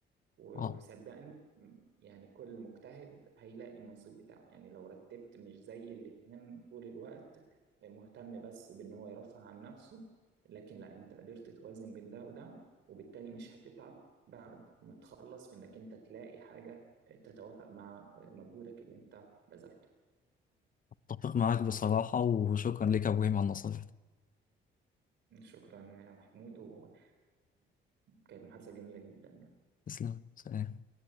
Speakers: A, on the right (about 70°); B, on the left (about 45°).
A: و-
B: أه
A: وصدقني م- يعني كل مجتهد هيلاقي النصيب بتاعه يعني لو رتبت مش زي اللي كان طول الوقت مهتم بس بان هو يرفه عن نفسه لكن لا انت قدرت توازن بين ده وده وبالتالي مش هتتعب بعد ما تخلص في انك انت تلاقي حاجة تتوافق مع مجهودك اللي انت بذلته
B: أتفق معاك بصراحة وشكرا لك يا إبراهيم على النصائح دي.
A: شكرا يا محمود وكان كانت محادثة جميلة جدا
B: تسلم سلام